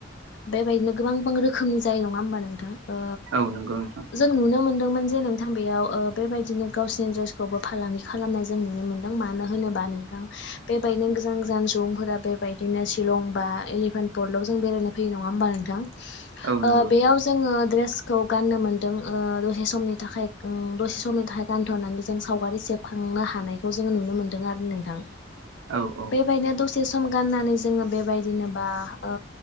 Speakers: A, on the left; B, on the right.
A: बेबायदिनो गोबां बां रोखोमनि जायो नङा होमबा नोंथां? ओ
B: औ नंगौ नोंथां
A: जों नुनो मोनदोंमोन जे नोंथां बेयाव ओ बेबायदिनो गावसोरनि ड्रेसखौबो फालांगि खालामनाय जों नुनो मोन्दों। मानो होनोबा नोंथां बेबायदिनो गोजान गोजान सुबुंफोरा बेबायदिनो शिलं बा एलिभेन पल लाव जों बेरायनो फैयो नङा होनब्ला नोंथां?
B: औ
A: ओ
B: नंगौ
A: बेयाव जोंङो ड्रेसखौ गाननो मोनदों ओ दसे समनि थाखाय ओ दसे समनि थाखाय गानथ'नानै जों सावगारि से बखांनो हानायखौ जों नुनो मोनदों आरो नोंथां
B: औ औ
A: बेबायदिनो द से सम गाननानै जोङो बेबायदिनो बा ओ